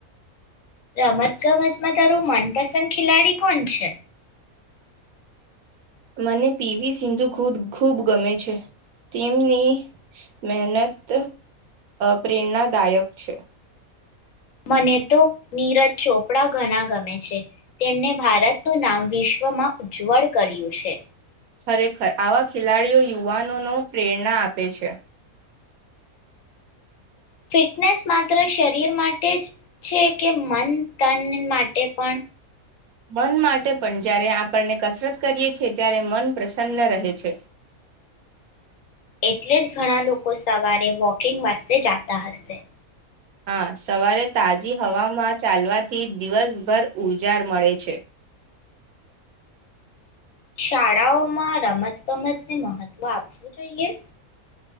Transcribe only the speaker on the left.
રમત-ગમતમાં તારું મન પસંદ ખિલાડી કોણ છે?
મને તો નીરજ ચોપડા ઘણા ગમે છે. તેમને ભારતનું નામ વિશ્વમાં ઉજ્જવળ કર્યું છે.
ફિટનેસ માત્ર શરીર માટે જ છે, કે મન તન માટે પણ?
એટલેજ ઘણા લોકો સવારે વોકિંગ વાસ્તે જાતા હશે.
શાળાઓમાં રમત-ગમતને મહત્વ આપવું જોઈએ?